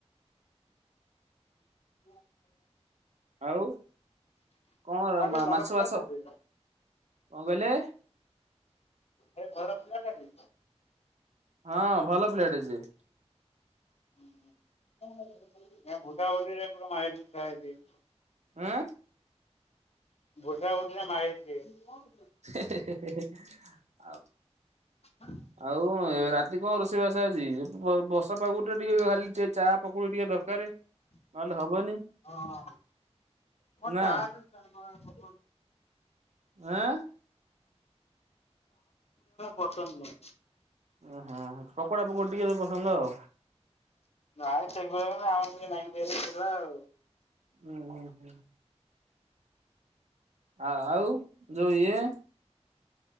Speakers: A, on the left; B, on the right.
A: <unintelligible>
B: ଆଉ କଣ
A: ଭାବେ ଭଲ
B: ମାଛ
A: ପିଲାଟା
B: ବାଛ,
A: ଯେ
B: କଣ କହିଲେ?
A: ହେ ଭଲ ପିଲା ଟା ଯେ
B: ହଁ ଭଲ ପିଲାଟି ସିଏ।
A: <unintelligible>
B: ଆଁ ଆ
A: <unintelligible>
B: ହେ ହେ ହେ ହେ ଆଉ
A: <unintelligible>
B: ଆଉ ରାତି କଣ ରୋଷେଇବାସ ଅଛି, ବର୍ଷା ପକୁଡି ଟେ ଟିକେ ଖାଲି ଟେ ଚା ପକୁଡି ଟିକେ ଦରକାର।
A: <unintelligible> <unintelligible>
B: ନହେଲେ ହବନି
A: ଚାହା
B: ନା
A: ପୁଖୀ ଆମର
B: ଆଁ
A: ପସନ୍ଦ ନହିଁ
B: ଓହୋ ପକୋଡା ପକୋଡା ଟିକେ ତ ପସନ୍ଦ ଆଉ
A: ନାଇଁ ସେଗଳିଆ ଆମର ଟିକେ ନାଇ ଥିଲା ଆଉ
B: ହୁଁ ହୁଁ ହୁଁ ହଁ ଆଉ ଯୋଇଏ